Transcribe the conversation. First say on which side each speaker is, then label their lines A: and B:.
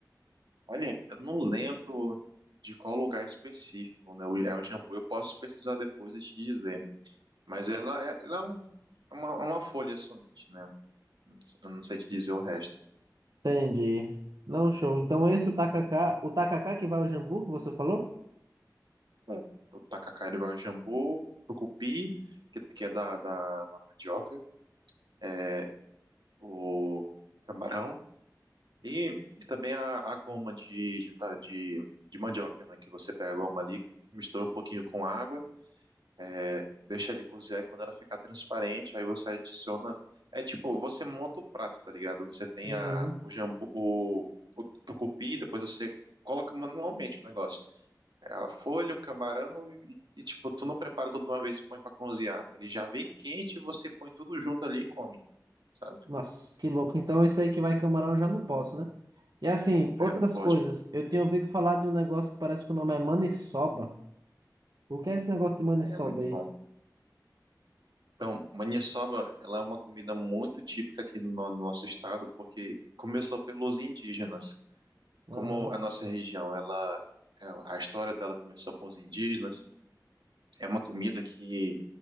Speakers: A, on the right (about 85°); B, on the right (about 70°).
A: Olha, eu não lembro de qual lugar específico, né? o- É o jambu. Eu posso pesquisar depois e te dizer. Mas ela é, ela é um- uma, uma folha somente, né? Não sei- Eu não sei te dizer o resto.
B: Entendi. Não, show. Então esse o tacacá, o tacacá que vai ao jambu, que você falou?
A: É. Então, tacacá, ele vai o jambu, tucupi, que, que é da, da, da mandioca, é, o camarão e, e também a, a goma de, de, ta- de, de mandioca, né? Que você pega a goma ali, mistura um pouquinho com água É, deixa ele cozinhar e quando ela ficar transparente, aí você adiciona. É tipo, você monta o prato, tá ligado? Você tem
B: Uhum.
A: a, o jambu, o, o tucupi, depois você coloca manualmente o negócio. É a folha, o camarão e, e, tipo, tu não prepara tudo de uma vez e põe pra cozinhar. Ele já vem quente e você põe tudo junto ali e come, sabe?
B: Nossa, que louco. Então esse aí que vai camarão eu já não posso, né? E assim, outras
A: É, não pode.
B: coisas. Eu tinha ouvido falar de um negócio que parece que o nome é maniçoba. O que é esse negócio de maniçoba
A: É muito
B: aí?
A: bom. Então, maniçoba, ela é uma comida muito típica aqui no no nosso estado, porque começou pelos indígenas.
B: Aham.
A: Como a nossa região, ela, é- a história dela começou com os indígenas, é uma comida que